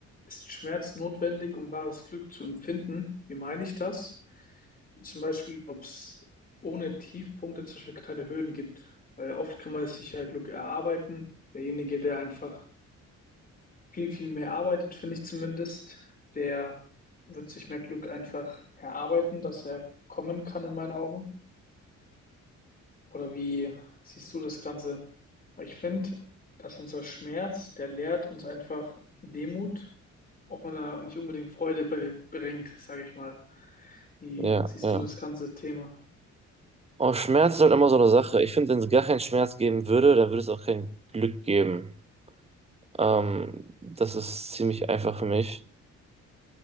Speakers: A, on the left; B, on the right.
A: ist Schmerz notwendig, um wahres Glück zu empfinden? Wie meine ich das? Zum Beispiel, ob es ohne Tiefpunkte zum Beispiel keine Höhen gibt. Weil oft kann man sich ja Glück erarbeiten. Derjenige, der einfach viel, viel mehr arbeitet, finde ich zumindest, der wird sich mehr Glück einfach erarbeiten, dass er kommen kann in meinen Augen. Oder wie siehst du das Ganze? Weil ich finde, dass unser Schmerz, der lehrt uns einfach Demut, auch wenn er nicht unbedingt Freude be bringt, sage ich mal. Wie
B: ja,
A: siehst
B: ja.
A: du das ganze Thema?
B: Oh, Schmerz ist halt immer so eine Sache. Ich finde, wenn es gar keinen Schmerz geben würde, dann würde es auch kein Glück geben. Ähm, das ist ziemlich einfach für mich.